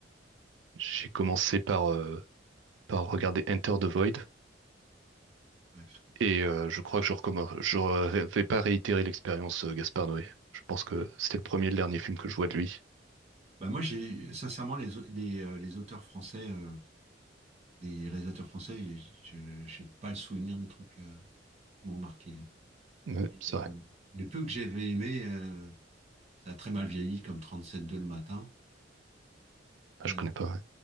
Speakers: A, on the right; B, on the right.
A: J'ai commencé par euh, par regarder Enter the Void.
B: ouais, je connais
A: Et
B: pas.
A: euh, je crois que je recommence. Je re- vais pas réitérer l'expérience euh, Gaspard Noé. Je pense que c'était le premier et le dernier film que je vois de lui.
B: Bah, moi, j'ai sincèrement les, au- les, euh, les auteurs français, euh, les réalisateurs français, je n'ai pas le souvenir de trucs euh, qui m'ont marqué. hein.
A: Mais
B: Et,
A: c'est
B: euh,
A: vrai.
B: le peu que j'avais aimé, euh, ça a très mal vieilli, comme 37.2 le matin.
A: Ah,
B: Euh,
A: je connais pas. ouais.